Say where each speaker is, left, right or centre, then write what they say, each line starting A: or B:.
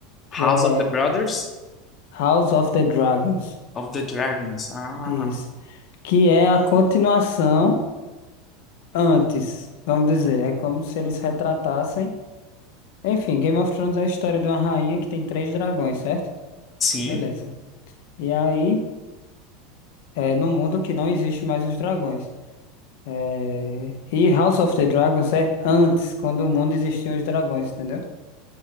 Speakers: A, on the left (about 30°); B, on the left (about 55°).
A: House
B: que é
A: of the Brothers
B: House of the Dragons.
A: of the Dragons. Ah,
B: Isso. Que é a continuação. antes, vamos dizer. É como se eles retratassem. Enfim, Game of Thrones é a história de uma rainha que tem três dragões, certo?
A: sim.
B: Beleza. E aí, é no mundo que não existe mais os dragões. É, E House of the Dragons é antes, quando o mundo existiam os dragões, entendeu?